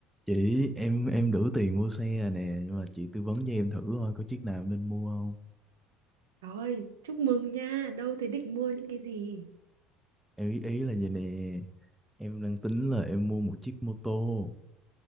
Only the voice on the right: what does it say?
Rồi, chúc mừng nha. Đâu thế định mua những cái gì?